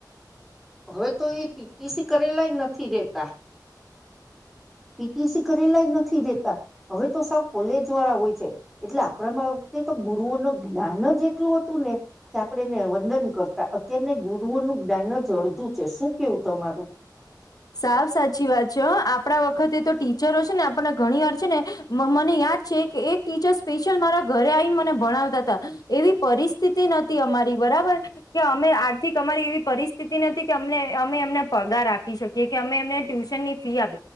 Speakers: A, in the centre; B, on the left (about 60°).
A: હવે તો એ પીટીસી કરેલાય નથી રેતા પીટીસી કરેલાય નથી રેતા હવે તો સાવ કોલેજ વાળા હોય છે એટલે આપણામાં વખતે તો ગુરુઓનું જ્ઞાન જ એટલું હતું ને કે આપણેે એને વંદન કરતા તેને ગુરુઓનું જ્ઞાન જ અડધું છે શું કેવું તમારું
B: સાવ સાચી વાત છે હ આપડા વખતે તો ટીચરો છે ને આપને ઘણી વાર છે ને મને યાદ છે કે એક ટીચર સ્પેશિયલ મારા ઘરે આઈને મને ભણાવતા તા એવી પરિસ્થિતિ નથી અમારી બરાબર કે અમે આર્થિક અમારી એવી પરિસ્થિતિ નથી કે અમને અમે એમને પગાર આપ પી શકીએ કે અમે એમને ટ્યુશનની ફી આપ